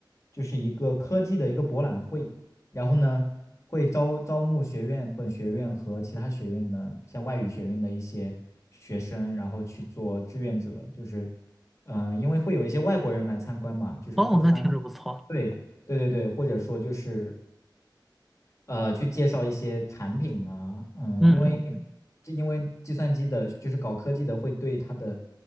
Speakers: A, on the left; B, in the centre.
A: 就是一个科技的一个博览会，然后呢会招招募学院本学院和其他学院的像外语学院的一些学生，然后去做志愿者，就是嗯、呃因为会有一些外国人来参观嘛，就是做翻译，
B: 哦，那听着不错。
A: 对对对对，或者说就是。呃，去介绍一些产品啊，嗯，
B: 嗯嗯嗯。
A: 因为因为这因为计算机的，就是搞科技的，会对它的